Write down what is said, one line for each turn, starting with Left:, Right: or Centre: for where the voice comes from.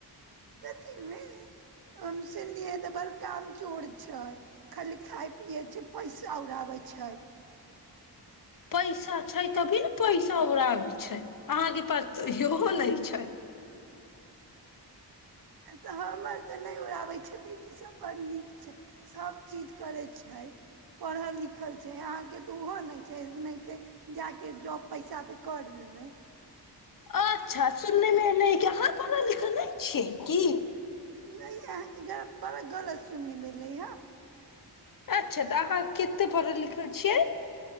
Right: कथीमे हम सुनलियै तऽ बड़ काम चोर छै खाली खाइ पियै छै पैसा उड़ाबै छै
Left: पैसा छै तभी ने पैसा उड़ाबै छै अहाँके पास त इहो ओ नहि छै
Right: तऽ हमर तऽ नहि उड़ाबै छै बटीसभ बड्ड नीक छै सभचीज करै छै पढ़ल लिखल छै अहाँके तऽ ओहो नहि छैओनाहींते जा कऽ जॉब पैसा पे कर लेलै
Left: अच्छा सुननेमे एलै अहाँ पढ़ल लिखल नहि छियै की
Right: नहि अहाँके गर बड़ा गलत सुनने मे एलै हें
Left: अच्छा तऽ अहाँ कतेक पढ़ल लिखल छियै